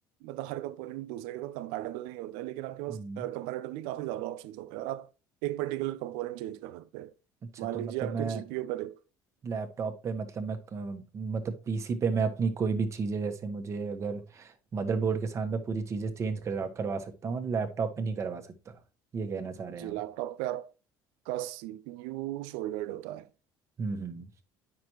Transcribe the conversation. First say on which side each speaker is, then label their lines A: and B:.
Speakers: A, on the right; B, on the right.
A: मतलब हर कंपोनेंट दूसरे के साथ कंपैटिबल नहीं होता है लेकिन आपके पास
B: हम्म।
A: कंपैरेटिवली काफी ज्यादा ऑप्शंस होते हैं और आप एक पर्टिकुलर कंपोनेंट चेंज कर सकते हैं
B: अच्छा
A: मान
B: तो
A: लीजिए
B: मतलब
A: आपके
B: मैं
A: जीपीयू पे देख
B: लैपटॉप पे मतलब मैं अ, मतलब पीसी पे मैं अपनी कोई भी चीज़ें जैसे मुझे अगर मदरबोर्ड के साथ मैं पूरी चीज़ें चेंज करा करवा सकता हूँ और लैपटॉप पे नहीं करवा सकता ये कहना चाह रहे
A: जी
B: हैं आप
A: लैपटॉप पे आपका सीपीयू शोल्डर्ड होता है
B: हम्म हम्म।